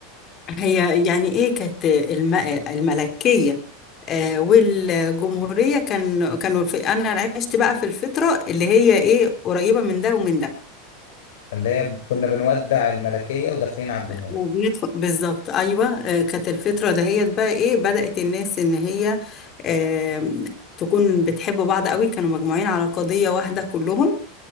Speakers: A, on the left; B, on the left.
A: هي يعني ايه كانت الم... الملكية آه، والجمهورية كان كانوا في... انا عشت بقى في الفترة اللي هي ايه قريبة من ده ومن ده
B: اللي هي كنا بنودع الملكية وداخلين على الجمهورية
A: وبندخل بالظبط ايوه آه، كانت الفتره دهيت بقى ايه بدات الناس ان هي آم، تكون بتحب بعض قوي كانوا مجموعين على قضيه واحده كلهم